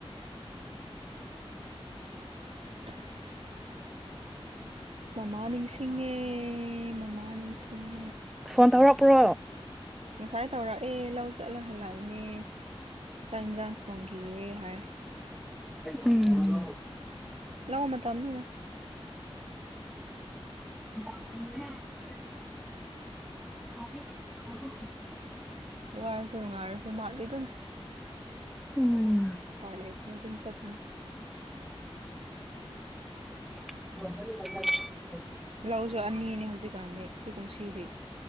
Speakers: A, on the right; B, in the centre.
A: <inaudible> ꯃꯃꯥ ꯅꯤꯡꯁꯤꯡꯉꯦ ꯃꯃꯥ ꯅꯤꯡꯁꯤꯡꯉꯦ
B: ꯐꯣꯟ ꯇꯧꯔꯛꯄ꯭ꯔꯣ
A: ꯐꯥꯏ ꯇꯧꯔꯛꯑꯦ ꯂꯧ ꯆꯠꯂ ꯍꯜꯂꯛꯏꯅꯦ ꯆꯥꯛ ꯏꯟꯁꯥꯡ ꯊꯣꯡꯈꯤꯌꯦꯦ ꯍꯥꯏ
B: ꯎꯝ
A: ꯂꯑꯣ ꯃ ꯃꯇꯝ ꯑꯃꯅꯤꯅ
B: ꯎꯝ ꯑꯗꯨ ꯑꯗꯨ
A: ꯋꯥꯔ ꯁꯔ ꯉꯥꯔꯁꯨ ꯃꯥꯗꯤ ꯑꯗꯨꯝ
B: ꯎꯝ
A: ꯄꯥꯏꯂ ꯑꯗꯨꯝ ꯆꯗꯅ
B: <inaudible>
A: ꯂꯥꯛꯑꯣꯁꯨ ꯑꯅꯤꯅꯦ ꯍꯧꯖꯤꯛꯀꯥꯟꯗꯤ ꯁꯤꯒꯨꯝꯁꯤꯗꯤ